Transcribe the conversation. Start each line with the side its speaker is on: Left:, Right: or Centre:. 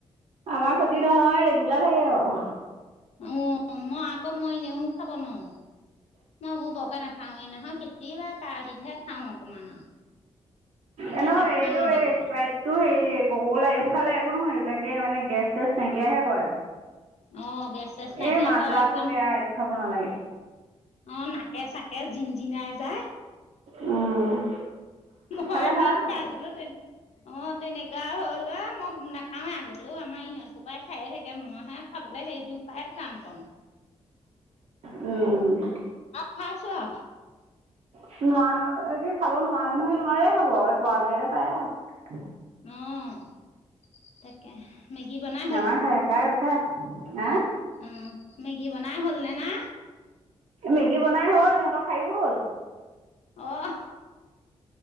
Right: আমাৰ ক্ষতি নহয় ৰেগুলাৰ থাকে আৰু
Left: অ মই আকৌ মই ইনেও খাব নোৱাৰোঁ। মইএইবোৰ বৰকে নাখাওঁ নহয় কেতিয়াবা কাটচিটহে খাওঁ অকমান এনেই
Right: এ নহয়
Left: নাখাওৱে
Right: এইটো
Left: তেনেকে
Right: এই স্প্ৰাইট টো হেৰি কক কলা এইবোৰ খালে একো নহয় এইবিলাক এ মানে গেছ চেছ নাইকিয়াহে কৰে।
Left: অ', গেছ চেছ নাইকিয়াকৈ
Right: এ মাজাটো
Left: একদম
Right: বেয়া এইটো খাব নালাগে।
Left: অ নাকে চাকে জিন জিনাই যায়।
Right: উম
Left: মই
Right: খালে
Left: নিন
Right: ভাল সেইটো।
Left: কাজিলো তে অ অঁ তেনেকুৱা হ'ল আৰু মই নাখাওঁৱেই আগতেও আমাৰ ইহঁত সোপাই খায়ে থাকে মইহে খাবলৈ সেইটো প্ৰায় টান পাওঁ।
Right: উম
Left: খাইছো আও
Right: নোৱাৰ খাব নোৱাৰা মানুহে নোৱাৰে খাব এই পৰা বিলাকে পাৰে আৰু
Left: উম তাকে মেগী বনাই
Right: আমাৰ খাই খাই অভ্যাস সে,
Left: উ মেগী বনাই হ'লনে না‌?
Right: মেগী বনাই হ'ল সিহঁতৰ খাইও হ'ল।
Left: আহ